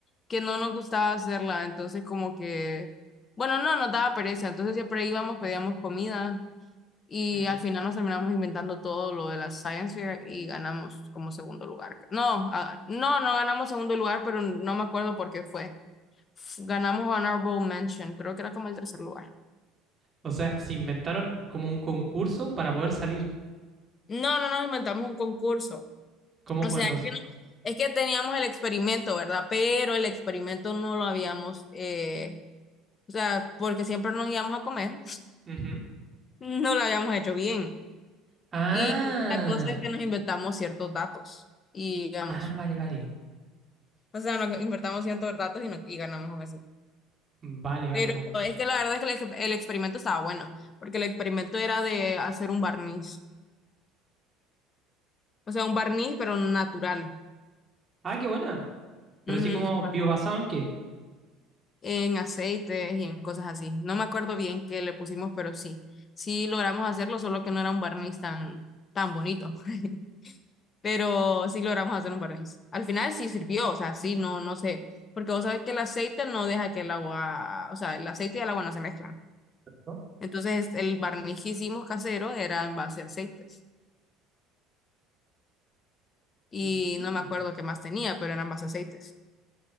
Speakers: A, on the left (about 35°); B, on the right (about 25°).
A: que no nos gustaba hacerla, entonces como que, bueno, no, nos daba pereza, entonces siempre íbamos, pedíamos comida y
B: Ujú.
A: al final nos terminamos inventando todo lo de la Science Fair y ganamos como segundo lugar. No, ah, no, no ganamos segundo lugar, pero no me acuerdo por qué fue. F- Ganamos Honorable Mention, creo que era como el tercer lugar.
B: O sea, se inventaron como un concurso para poder salir.
A: No, no nos inventamos un concurso.
B: ¿Cómo fue
A: O sea,
B: entonces?
A: es que, es que teníamos el experimento, ¿verdad? Pero el experimento no lo habíamos, eh, o sea, porque siempre nos íbamos a comer.
B: Ujú.
A: no lo <laughs> habíamos hecho bien.
B: Ah,
A: Y la cosa es que nos inventamos ciertos datos y digamos,
B: ah, vale, vale.
A: o sea, nos invertamos ciertos datos y, no- y ganamos eso.
B: Vale,
A: Pero
B: vale, compa.
A: es que la verdad es que el, ex- el experimento estaba bueno, porque el experimento era de hacer un barniz, o sea, un barniz pero natural,
B: Ah, qué buena. Pero
A: Ujú,
B: así como
A: un
B: biobasado en qué?
A: en aceites y en cosas así. No me acuerdo bien qué le pusimos, pero sí, sí logramos hacerlo, solo que no era un barniz tan, tan bonito. <laughs> pero sí logramos hacer un barniz. Al final sí sirvió, o sea, sí, no, no sé, porque vos sabes que el aceite no deja que el agua, o sea, el aceite y el agua no se mezclan.
B: ¿No?
A: Entonces, el barniz que hicimos casero era en base a aceites. Y
B: Mm.
A: no me acuerdo qué más tenía, pero eran base a aceites.